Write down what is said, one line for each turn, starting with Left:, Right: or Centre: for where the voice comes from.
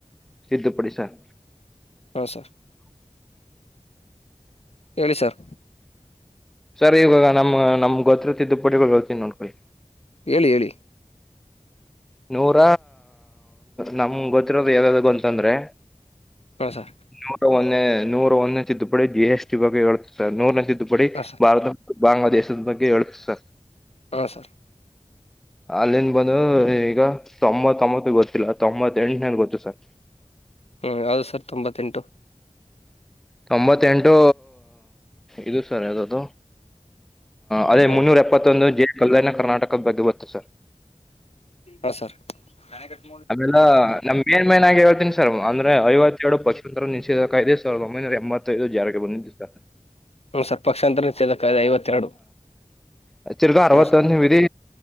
Centre: ತಿದ್ದುಪಡಿ ಸರ್
Left: ಹಾಂ ಸರ್ ಹೇಳಿ ಸರ್
Centre: ಸರ್ ಈವಾಗ ನಮ್ ನಮ್ ಗೊತ್ರತ್ರ ತಿದ್ದುಪಡಿಗಳು ಹೇಳ್ತೀನಿ ನೋಡ್ಕೊಳ್ಳಿ.
Left: ಹೇಳಿ ಹೇಳಿ
Centre: ನೂರ ನಮ್ ಗೊತ್ತಿರೋದು ಯಾವ್ಯ್ದು ಅಂತಂದ್ರೆ.
Left: ಹ ಸರ್
Centre: ನೂರ ಒಂದ್ನೆ ನೂರ ಒಂದ್ನೆ ತಿದ್ದುಪಡಿ ಜಿ ಎಸ್ ಟಿ ಬಗ್ಗೆ ಹೇಳುತ್ತೆ ಸರ್ ನೂರ್ನೆ ತಿದ್ದುಪಡಿ
Left: ಹಾಂ ಸರ್
Centre: ಭಾರತ. ಬಾಂಗ್ಲಾದೇಶದ ಬಗ್ಗೆ ಹೇಳುತ್ತೆ ಸರ್.
Left: ಹಾ ಸರ್
Centre: ಅಲ್ಲಿಂದ್ ಬಂದು ಈಗ ತೊಂಬತ್ತೊಂಬತ್ತು ಗೊತ್ತಿಲ್ಲ ತೊಂಬತ್ತ ಎಂಟನೇದ್ ಗೊತ್ತು ಸರ್.
Left: ಹ್ಮ್ ಯಾವ್ದದು ಸರ್ ತೊಂಬತ್ತೆಂಟು
Centre: ತೊಂಬತ್ತೆಂಟು ಇದು ಸರ್ ಅದು ಅದೇ
Left: ಹಾಂ
Centre: ಮುನ್ನೂರ ಎ ಇಪ್ಪತ್ತೊಂದು ಜೆ ಕಲ್ಯಾಣ ಕರ್ನಾಟಕದ ಬಗ್ಗೆ ಗೊತ್ತು ಸರ್
Left: ಹಾ ಸರ್ ನನ ಕಟ್
Centre: ಆಮೇಲೆ ನಮ ಮೇನ್ ಮೈನ್ನಗ ಹೇಳ್ತಿನನಿ ಸರ್ ಅಂದ್ರ ಐವತ್ತ ಎರಡು ಪಶಚಂತ್ರರ ನಿಿಸಬೇಕ ಇದೆ ಸರ್ ಒೈನ ಎಂಬತ್ತೈದು ಜಾರಿಗೆ ಬಂದಿದ್ದು ಸರ್
Left: ಹ್ಮ ಸ್ವಪಕ್ಷಾಂತರ ನಿ ಐವತ್ತೆರಡು
Centre: ಆ ಚುರ್ಗ ಅರವತ್ತೊಂದದಿ
Left: ಹ್ಞೂ ಸರ್